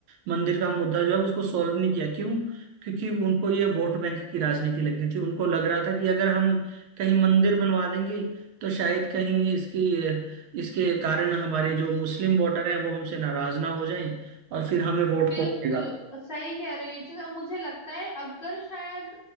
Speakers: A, on the right; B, on the left.
A: मंदिर का मुद्दा जो है उसको सॉल्व नहीं किया क्यों क्योंकि उनको ये वोट बैंक की राजनीति लग रही थी उनको लग रहा था कि अगर हम कहीं मंदिर बनवा देंगे तो शायद कहीं इसकी इसके कारण हमारे जो मुस्लिम वोटर हैं वो हमसे नाराज ना हो जाएं और फिर हमें वोट
B: बिल्कुल
A: कौन देगा
B: सही कह रहे हो ये चीज अब मुझे लगता है अगर शायद